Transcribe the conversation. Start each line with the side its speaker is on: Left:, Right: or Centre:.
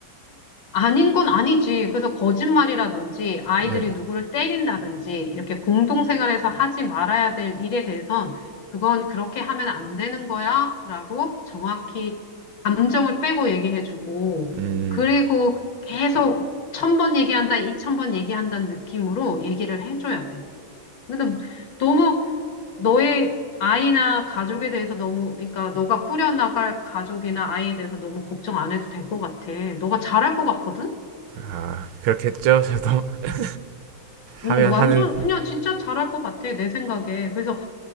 Left: 아닌 건 아니지. 그래서 거짓말이라든지 아이들이
Right: 네,
Left: 누구를 때린다든지 이렇게 공동생활에서 하지 말아야 될 일에 대해선 그건 그렇게 하면 안 되는 거야 라고 정확히 감정을 빼고 얘기해주고
Right: 음
Left: 그리고 계속 천번 얘기한다, 이천 번 얘기한다는 느낌으로 얘기를 해줘야 돼. 근데 너무 너의 아이나 가족에 대해서 너무, 그러니까 너가 꾸려나갈 가족이나 아이에 대해서 너무 걱정 안 해도 될 것 같아. 너가 잘할 것 같거든?
Right: 아 그렇겠죠. 저도 <laughs>
Left: 음,
Right: 하면
Left: 완전
Right: 하는
Left: 그냥 진짜 잘할 것 같아, 내 생각에. 그래서